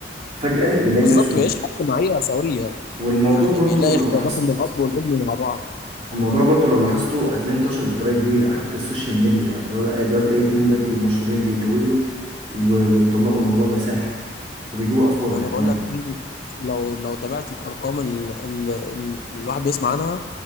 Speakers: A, on the right; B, on the left.
A: فجأة يلاقي
B: بالظبط
A: نفسه لأ
B: بيعيش حياه اجتماعيه سويه
A: والموضوع
B: يعني
A: برضو
B: بيلاقي
A: لو
B: احتياجات
A: لاحظت
B: من الاب والام مع بعض
A: الموضوع برضو لو لاحظته هتلاقيه انتشر بطريقة كبيرة حتى السوشيال ميديا يعني بقى أي- دلوقتي أي اتنين دلوقتي مشهورين بيتجوزوا و- ويطلقوا الموضوع بقى سهل وبيجيبوا أطفال
B: انا
A: يعني كمان
B: بقول لك في- لو لو تابعت الارقام اللي, اللي الواحد بيسمع عنها